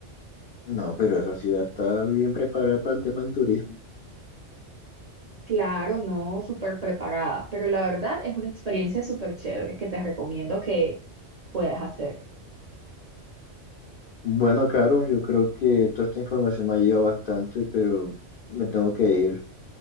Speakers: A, on the left (about 60°); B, on the right (about 45°).
A: No, pero esa ciudad está bien preparada para el tema del turismo.
B: Claro, no súper preparada, pero la verdad es una experiencia súper chévere que te recomiendo que puedas hacer.
A: Bueno, Caro, yo creo que toda esta información me ha ayudado bastante, pero me tengo que ir.